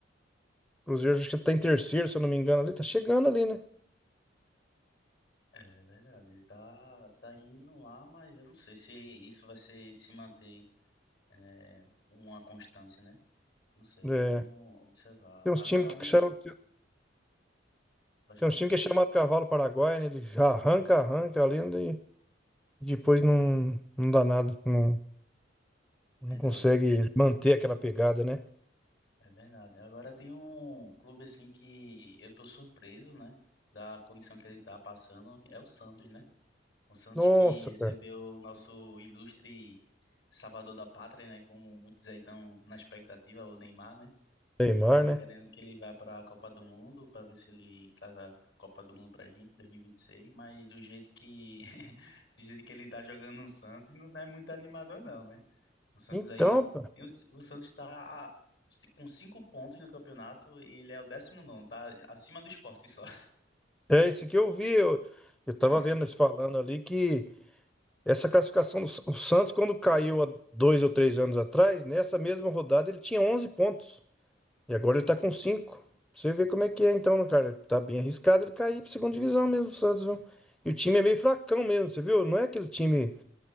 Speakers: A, in the centre; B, on the left.
A: Cruzeiro acho que tá em terceiro, se eu não me engano, ali, tá chegando ali, né?
B: É verdade, ele tá, tá indo lá, mas eu não sei se isso vai ser, se manter, né, uma constância, né? Não sei,
A: É,
B: vamos observar.
A: tem uns
B: Agora
A: times
B: um.
A: que chamam,
B: Pode
A: tem
B: falar.
A: uns times que é chamado Cavalo Paraguai, né? Ele arranca, arranca ali, né? e depois não, não dá nada, não, não
B: Verdade,
A: consegue manter aquela pegada, né?
B: é verdade. Agora tem um clube assim que eu tô surpreso, né? Da condição que ele tá passando, é o Santos, né? O Santos
A: Nossa,
B: que recebeu
A: cara,
B: o nosso ilustre salvador da pátria, né? Como muitos aí estão na expectativa, o Neymar, né?
A: Neymar,
B: Que estão
A: né?
B: querendo que ele vá para a Copa do Mundo, para ver se ele traz a Copa do Mundo para a gente em 2026. Mas do jeito que, <laughs> do jeito que ele está jogando no Santos, não é muito animador, não, né? O Santos
A: Então,
B: aí.
A: pá,
B: eu- O Santos está com cinco pontos no campeonato e ele é o décimo nono, tá acima do Sport só.
A: é isso que eu vi, eu, eu tava
B: <laughs>
A: vendo eles falando ali que Essa classificação do S- o Santos, quando caiu há dois ou três anos atrás, nessa mesma rodada ele tinha 11 pontos. E agora ele tá com cinco Você vê como é que é então, né, cara. Tá bem arriscado ele cair pra segunda divisão mesmo, o Santos, viu? E o time é meio fracão mesmo, você viu? Não é aquele time